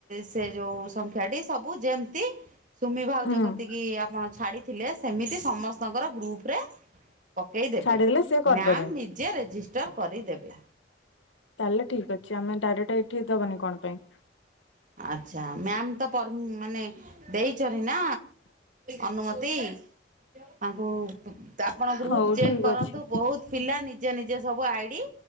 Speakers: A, on the right; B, on the left.
A: ସେ ଯୋଉ ଡ଼ି, ସବୁ ଯେମିତି ସୁମି ଭାଉଜ
B: ହୁଁ
A: କତିକି ଆପଣ ଛାଡିଥିଲେ, ସେମିତି ସମସ୍ତଙ୍କର ଗ୍ରୁପ ରେ ପକାଇଦେବେ
B: ଛାଡିଦେଲେ ସିଏ କରିଦେବେ
A: ମ୍ୟାମ୍ ନିଜେ ରେଜିଷ୍ଟର୍ କରିଦେବେ।
B: ତାହେଲେ ଠିକ୍ ଅଛି, ଆମେ ଡାଇରେକ୍ଟ ଏଇଠି ଦବାନି କଣ ପାଇଁ।
A: ଆଛା ମ୍ୟମ୍ ମାନେ ଦେଇଛନ ନା ଅନୁମତି ତାଙ୍କୁ ଆପଣ ଗ୍ରୁପ
B: ହଉ
A: ଚେକ୍
B: ଠିକ
A: କରନ୍ତୁ,
B: ଅଛି
A: ବହୁତ ପିଲା ନିଜ ନିଜ ସବୁ ଆଇଡି